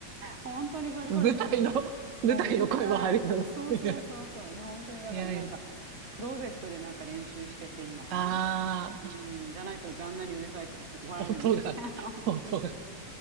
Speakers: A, on the right (about 45°); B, on the right (about 75°).
A: 本当にそれこそくぞ、
B: 舞台の、<laughs>
A: もううるさい。
B: 舞台の声の入りなの。
A: そうそうそうそう。
B: いや
A: で、本当にだからなんか、
B: いやいや。
A: クローゼットでなんか練習してて今。
B: ああ、
A: うん、じゃないと旦那にうるさいと怒られるんで。
B: 音が、
A: <laughs> 本当に。
B: 音が。